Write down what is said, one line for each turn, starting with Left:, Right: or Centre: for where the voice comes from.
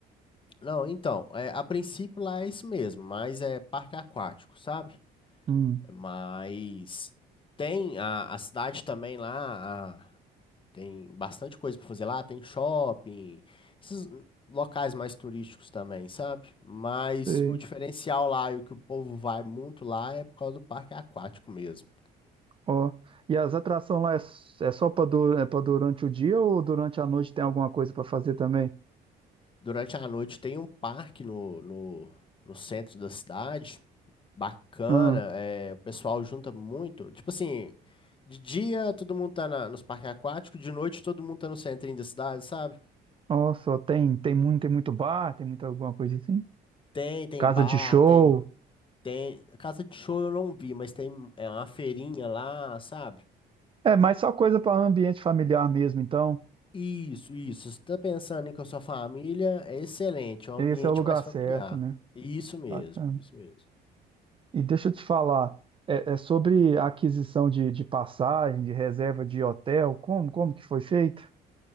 Left: Não, então, é, a princípio lá é isso mesmo, mas é parque aquático, sabe?
Right: Hum,
Left: Mas tem a, a cidade também lá, a- tem bastante coisa para fazer lá, tem shopping, esses locais mais turísticos também, sabe? Mas
Right: sei.
Left: o diferencial lá e o que o povo vai muito lá é por causa do parque aquático mesmo.
Right: Ó. E as atrações lá é, s- é só para é para durante o dia ou durante a noite tem alguma coisa para fazer também?
Left: Durante a noite tem um parque no, no, no centro da cidade, bacana,
Right: Hum.
Left: é, o pessoal junta muito, tipo assim, de dia todo mundo tá na- nos parques aquáticos, de noite todo mundo tá no centrinho da cidade, sabe?
Right: Ó, só tem tem muito tem muito bar, tem muita alguma coisa assim.
Left: Tem, tem
Right: Casa
Left: bar,
Right: de show.
Left: tem, tem. Casa de show eu não vi, mas tem é uma feirinha lá, sabe?
Right: É, mas só coisa para ambiente familiar mesmo, então.
Left: Isso, isso. Se tá pensando em com a sua família, é excelente, é um
Right: É,
Left: ambiente
Right: esse é o lugar
Left: mais familiar.
Right: certo, né?
Left: Isso mesmo,
Right: Bacana.
Left: isso mesmo.
Right: E deixa eu te falar, é, é sobre a aquisição de, de passagem, de reserva de hotel, como como que foi feito?